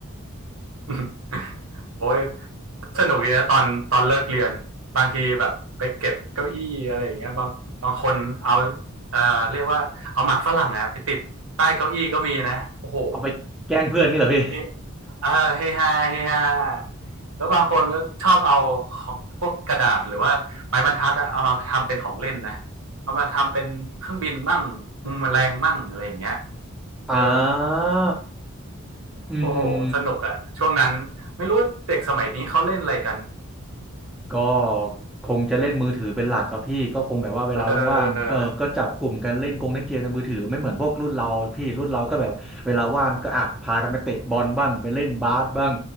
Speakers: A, on the right; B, in the centre.
A: <laughs> โอ้ยสนุกเลีนะตอนตอนเลิกเรียนบางทีแบบไปเก็บเก้าอี้อะไรอย่างเงี้ยบางบางคนเอาเอ่อเรียกว่าเอาหมากฝรั่งอะไปติดใต้เก้าอี้ก็มีนะโอ้โห
B: <laughs> เอาไปแกล้งเพื่อนงี้เหรอพี่
A: เฮเออเฮฮาเฮฮาแล้วบางคนก็ชอบเอาของพวกกระดาษหรือว่าไม้บรรทัดอะเอามาทำเป็นของเล่นนะเอามาทำเป็นเครื่องบินมั่งมุมแมลงมั่งอะไรอย่างเงี้ย
B: <laughs> อ่า
A: เออ
B: อืมอืม
A: โอ้โหสนุกอะช่วงนั้นไม่รู้เด็กสมัยนี้เขาเล่นอะไรกัน
B: ก็คงจะเล่นมือถือเป็นหลักครับพี่ก็คงแบบว่าเวลาว่างๆเออก็จับกลุ่มกันเล่นกงเล่นเกมในมือถือไม่เหมือนพวกรุ่นเราพี่รุ่นเราก็แบบเวลาว่างก็อ่ะพากันไปเตะบอลบ้างไปเล่นบาสบ้าง
A: เออ